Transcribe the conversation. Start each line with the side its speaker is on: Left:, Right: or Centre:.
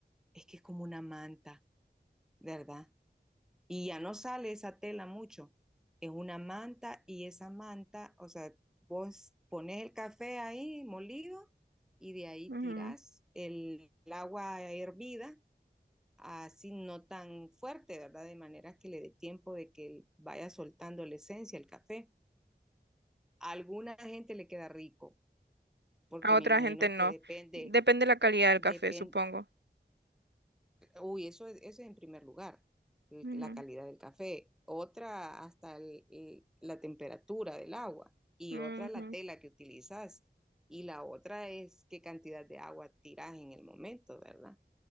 Centre: es que es como una manta, ¿verdad? y ya no sale esa tela mucho. Es una manta y esa manta, o sea, vos pones el café ahí molido y de ahí
Right: Ujú.
Centre: tirás el, el agua hervida, así no tan fuerte, ¿verdad? De manera que le dé tiempo de que vaya soltando la esencia, el café. A alguna gente le queda rico, porque
Right: A otra
Centre: me imagino
Right: gente no.
Centre: que depende,
Right: Depende de la calidad del
Centre: depende,
Right: café, supongo.
Centre: Uy, eso, es- eso es en primer lugar, el-
Right: Ujú,
Centre: la calidad del café. Otra, hasta el- el- la temperatura del agua. Y
Right: ujú.
Centre: otra, la tela que utilizas. Y la otra es qué cantidad de agua tiras en el momento, ¿verdad?